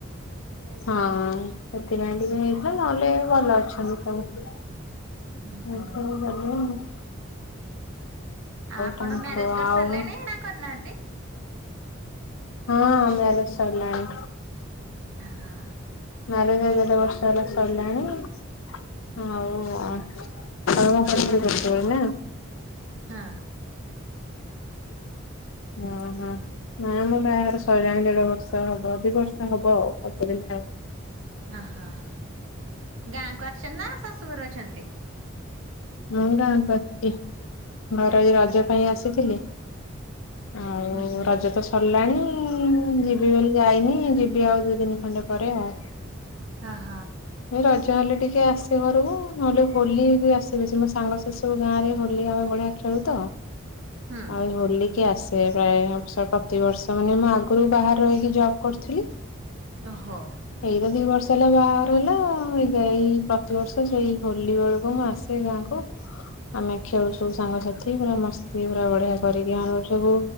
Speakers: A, on the left; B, on the right.
A: ହଁ ସେଥିପାଇଁ ଟିକେ ହେଇଥିଲା ନହେଲେ ଭଲ ଅଛନ୍ତି ସବୁ।
B: ହୁଁ ହୁଁ
A: ମୋର ଟ <unintelligible>
B: ଆଉ ଆପଣ
A: କଣ
B: ମ୍ୟାରେଜ
A: କୁହ
B: କରି
A: ଆଉ
B: ସାରିଲେଣି ନା କରିନାହାନ୍ତି?
A: ହଁ ହଁ ମ୍ୟାରେଜ ସରିଲାଣି।
B: ଅ ହଁ।
A: ମ୍ୟାରେଜ ପରେ ବର୍ଷ ହେଲା ସରିଲାଣି। ହୋଉ ଆ କାମ <unintelligible> ନା।
B: ହଁ।
A: ଓହୋ ନାଇ ମୋ ବାହାଘର ସଇଲାଣି ଦେଢବର୍ଷ ହବ ଦିବର୍ଷ ହବ ଆଉ ଅଳ୍ପଦିନ ଆଉ।
B: ଆଁହଁ ଗାଁକୁ ଆସ ଚନ୍ତି ଶାଶୁଘରେ ଅଛନ୍ତି?
A: ମୁଁ ଗାଁକୁ ଆସଚି ମୋର ଏଇ ରଜ ପାଇଁ ଆସିଥିଲି। ଆଉ
B: ଉଁ ହୁଁ
A: ରଜ ତ ସର୍ ଗଲାଣି ମୁଁ ଯିବି ବୋଲି ଯାଇନି ଯିବି ଆଉ ଦି ଦିନି ଖଣ୍ଡେ ପରେ ଆଉ।
B: ଅହ।
A: ଏଇ ରଜ ହେଲେ ଟିକେ ଆସେ ଘରକୁ ନହେଲେ ହୋଲିକୁ ଆସ <unintelligible> ମୋ ସାଙ୍ଗ ସେ ସବୁ ଗାଁରେ ହୋଲି ଆମେ ବଢ଼ିଆ ଖେଳୁ ତ
B: ହୁଁ
A: ଆଉ ହୋଲିକେ ଆସ୍ ଏ ସାଇ ହୋଉଛି ପ୍ରତିବର୍ଷ ମାନେ ମୁଁ ଆଗରୁ ବାହାରେ ରହିକି ଜବ କରିୁଥିଲି।
B: ଓହୋ
A: ଏଇତ ଦି ବର୍ଷ୍ ତାଲେ ବାହାଘର ହେଲା ଏଇ ଗା ଏଇ ପ୍ରତିବର୍ଷ ସେଇ ହୋଲି ବେଳକୁ ମୁଁ ଆସ୍ ସେ ଗାଁକୁ ଆମେ ଖେଳୁ ସବୁ ସାଙ୍ଗସାଥି ପୁରା ମସ୍ତି ପୁରା ବଢିଆ କରିକି ଆମେ ସବୁ